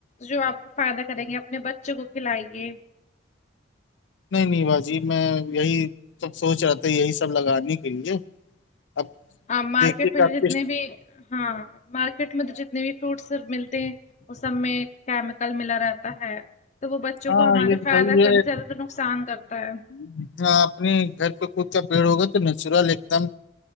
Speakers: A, on the left; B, on the left.
A: جو آپ کو فائدہ کریں گے اپنے بچوں کو کھلائیں گے
B: نہیں نہیں باجی میں یہی سب سوچ رہا تھا یہی سب لگانے کے لیے اب
A: ہاں مارکیٹ
B: دیکھیے کہ
A: میں جو
B: آپ کے
A: جتنے بھی ہاں مارکیٹ میں تو جتنے بھی فروٹس ملتے ہیں وہ سب میں کیمیکل ملا رہتا ہے تو وہ بچوں
B: ہاں
A: کو ہمارے
B: یہ
A: فائدہ
B: صحیح
A: کرنے زیادہ تو نقصان کرتا ہے
B: جھ اپنے گھر پہ خود کا پیڑ ہوگا تو نیچرل ایک دم